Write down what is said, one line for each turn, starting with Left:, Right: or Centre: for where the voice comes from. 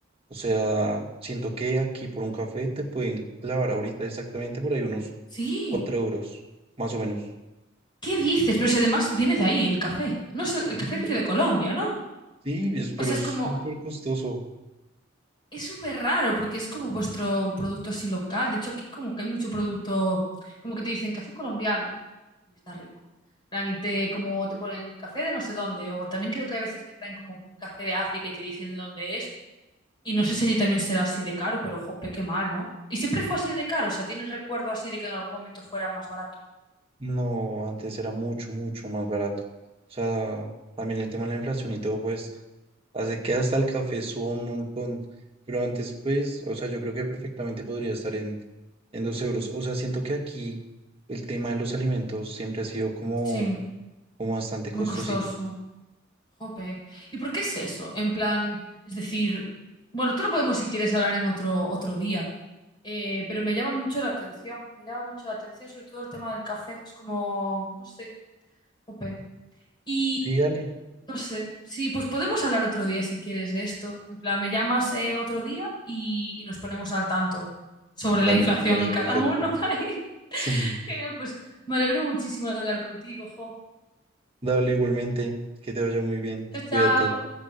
Right: O sea, siento que aquí por un café te pueden clavar ahorita exactamente por ahí unos
Left: Sí.
Right: 4 euros, más o menos.
Left: ¿Qué dices? Pero si además viene de ahí el café. No es- el
Right: Sí,
Left: café viene de Colombia, ¿no?
Right: Sí, es- pero
Left: O sea, es
Right: es
Left: como...
Right: súper costoso.
Left: Es súper raro porque es como vuestro producto así local. De hecho, aquí como que hay mucho producto, como que te dicen café colombiano y está rico. En plan, Y te, como te ponen café de no sé dónde, o también creo que hay veces que traen como café de África y te dicen de dónde es. Y no sé si allí también será así de caro, pero jope, qué mal, ¿no? Y siempre fue así de caro, o sea, ¿tienes recuerdo así de que en algún momento fuera más barato?
Right: No, antes era mucho, mucho más barato. O sea, también el tema de la inflación y todo, pues, hace que hasta el café suba un montón. Pero antes, pues, o sea, yo creo que perfectamente podría estar en, en dos euros. O sea, siento que aquí el tema de los alimentos siempre ha sido como,
Left: Sí,
Right: como bastante
Left: muy
Right: costosito.
Left: costoso. Jope. ¿Y por qué es eso? En plan, es decir, bueno, te lo podemos si quieres hablar en otro, otro día, Eh, pero me llama mucho la atención, me llama mucho la atención, sobre todo el tema del café, es como, no sé, jope. Y,
Right: Sí, dale.
Left: no sé, sí, pues podemos hablar otro día si quieres de esto, en plan, me llamas eh, otro día y, y nos ponemos al tanto sobre
Right: Dale,
Left: la inflación
Right: me parece
Left: en cada
Right: perfecto.
Left: uno, <laughs> país.
Right: Sí,
Left: Genial, pues me alegro muchísimo de hablar contigo, jo.
Right: dale igualmente. Que te vaya muy bien.
Left: Chao,
Right: Cuídate.
Left: chao.